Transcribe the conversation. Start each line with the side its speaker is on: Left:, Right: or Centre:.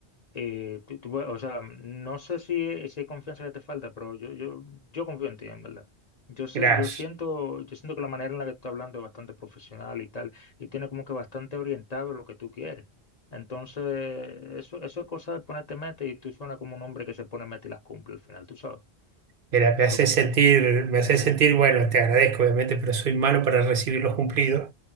Left: Eh, tú- tú puedes- o sea, no sé si, es- si hay confianza que te falta, pero yo, yo, yo confío en ti, en verdad. Yo sé,
Right: Gracias.
Left: yo siento, yo siento que la manera en la que tú estás hablando es bastante profesional y tal, y tiene como que bastante orientado lo que tú quieres. Entonces, eso, eso es cosa de ponerte meta y tú suena como un hombre que se pone meta y las cumple al final, tú sabes.
Right: Mira, me hace
Left: Yo,
Right: sentir,
Left: yo-
Right: me hace sentir, bueno, te agradezco obviamente, pero soy malo para recibir los cumplidos